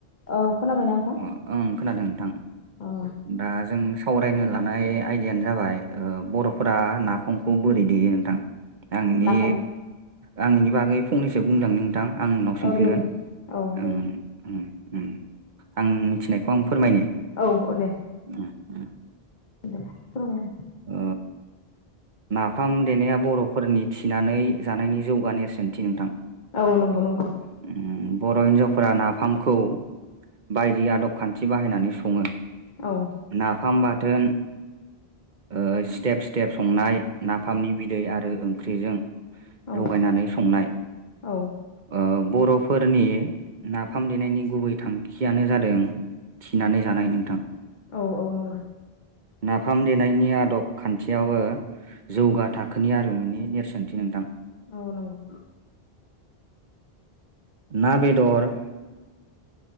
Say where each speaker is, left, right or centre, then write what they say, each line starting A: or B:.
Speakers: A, on the left; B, on the right.
A: औ खोनाबायना नोंथां
B: अ ओं खोनादों नोंथां
A: औ
B: दा जों सावरायनो लानाय आयदायानो जाबाय ओ बर'फोरा नाफमखौ बोरै देयो नोंथां? आंनि
A: नाफाम
B: आं इनि बागै फंनैसो बुंलांनि थां आं नोंनाव सोंफिनगोन
A: औ दे बुं औ
B: ओं
A: दे बुं
B: उम उम आं मिथिनायखौ आं फो फोरमायनि
A: औ औ
B: उम उम।
A: दे फोरमाय।
B: ओ नाफाम देनाया बर'फोरनि थिनानै जानायनि जौगा नेरसोनथि नोंथां।
A: औ नंगौ नंगौ।
B: उम बर' हिन्जावफोरा नाफामखौ बायदि आदब खान्थि बाहायनानै सङो।
A: औ
B: नाफाम बाथोन ओ स्टेप स्टेप संनाय नाफामनि बिदै आरो ओंख्रिजों
A: औ
B: लगायनानै संनाय।
A: औ
B: ओ बर'फोरनि नाफाम देनायनि गुबै थांखियानो जादों थिनानै जानाय नोंथां।
A: औ औ नं
B: नाफ फाम देनायनि आदब खान्थियावबो जौगा थाखोनि आरिमुनि नेरसोनथि नोंथां।
A: औ नंगौ।
B: ना बेदर